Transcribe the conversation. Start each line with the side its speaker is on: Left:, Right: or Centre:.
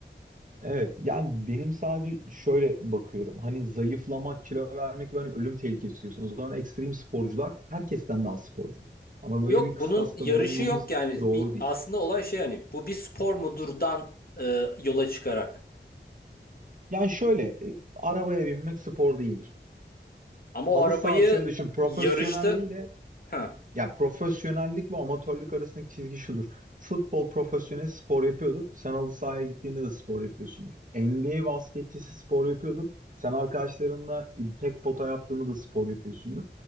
Right: evet. Yani benim sadece şöyle bakıyorum. Hani zayıflamak, kilo vermek ve hani ölüm tehlikesi istiyorsun. O zaman ekstrem sporcular herkesten daha sporcudur. Ama böyle
Left: Yok
Right: bir
Left: bunun
Right: kıstasta
Left: yarışı
Right: bulunmamız
Left: yok yani.
Right: doğru
Left: Bir,
Right: değil.
Left: aslında olay şey hani bu bir spor mudurdan e, yola çıkarak.
Right: Yani şöyle, e, arabaya binmek spor değildir.
Left: Ama
Right: halı
Left: o arabayı
Right: saha şöyle düşün profesyonelliğiyle
Left: yarışta ha.
Right: ya profesyonellik ve amatörlük arasındaki çizgi şudur. Futbol profesyonel spor yapıyordur. Sen halı sahaya gittiğinde de spor yapıyorsundur. NBA basketçisi spor yapıyordur. Sen arkadaşlarınla tek pota yaptığında da spor yapıyorsundur.